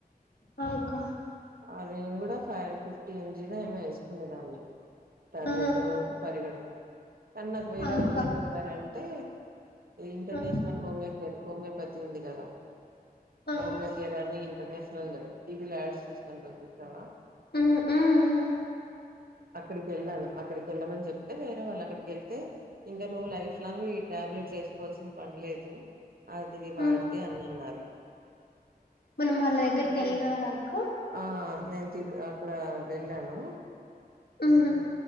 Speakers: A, on the left; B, on the right.
A: నాక
B: అ నేను కూడా ఫైవ్ రుఫ్ ఎంజీ ఏమో వేసుకునే దాన్ని టాబ్లెట్
A: ఆ!
B: రోజు పరిగడుపున కానీ నాకు వేరే
A: ఆ! అక్క.
B: వాళ్ళు ఏం చెప్పారంటే ఇంటర్నేష్
A: ఆ!
B: హోమియో హోమియోపతి ఉంది కదా
A: ఆ!
B: హోమియో ని ఇంటర్నేషనల్ టీవీ యాడ్స్ చూస్త చూచావా
A: హ్మ్. హ్మ్. హ్మ్.
B: అక్కడికి వెళ్ళాను అక్కడికి వెళ్ళమని చెప్తే వేరే వాళ్లు అక్కడికి వెళ్తే ఇంకా నువ్వు లైఫ్ లాంగ్ ఈ ట్యాబ్లెట్ వేసుకోవాల్సిన పనిలేదు అదివి వాడికే
A: హ్మ్.
B: అని అన్నారు
A: మళ్ళీ వాళ్ళ దగ్గరికి
B: సరే
A: వెళ్ళినరా అక్క
B: ఆ నేను తిరు అక్కడ వెళ్ళాను
A: హ్మ్.
B: ఉమ్